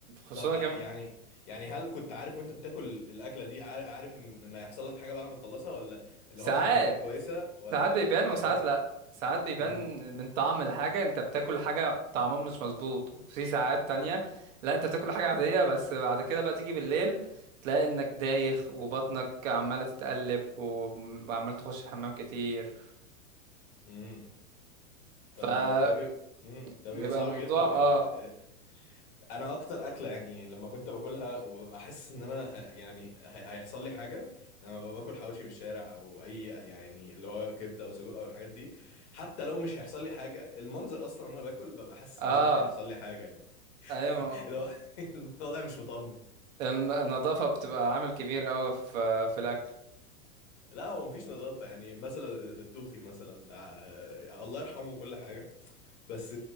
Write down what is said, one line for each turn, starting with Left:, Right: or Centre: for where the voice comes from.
Right: خصوصا
Left: طب آه،
Right: كمان
Left: يعني يعني هل كنت عارف وانت بتاكل الاكله دي عار- عارف ان ان هيحصل لك حاجه بعد ما تخلصها ولا اللي
Right: ساعات
Left: هو هي كانت كويسه ولا
Right: ساعات بيبان
Left: بعد
Right: وساعات
Left: كده
Right: لا ساعات بيبان
Left: امم
Right: من طعم الحاجة انت بتاكل حاجة طعمها مش مظبوط وفي ساعات تانية لا انت بتاكل حاجة عادية بس بعد كده بقى تيجي بالليل تلاقي انك دايخ وبطنك عمالة تتقلب وعمال تخش الحمام كتير
Left: امم ط-
Right: فبيبقى
Left: ده بي امم ده بيبقى
Right: الموضوع
Left: صعب جدا يعني
Right: اه
Left: إيه، انا اكتر اكله يعني لما كنت باكلها وببقى حاسس ان انا ه- يعني هي- هيحصل لي حاجه لما ببقى باكل حواوشي من الشارع او اي يعني اللي هو كبده او سجق او الحاجات دي حتى لو مش هيحصل لي حاجه المنظر اصلا وانا باكل ببقى حاسس
Right: اه
Left: ان انا هيحصل لي حاجه يعني <laughs>
Right: ايوه
Left: اللي هو <laughs> الموضوع ده مش مطمن
Right: الن- النظافة بتبقى عامل كبير اوي في في الاكل
Left: لا هو مفيش نظافة يعني مثلا التوخي مثلا ع- يعني الله يرحمه وكل حاجة بس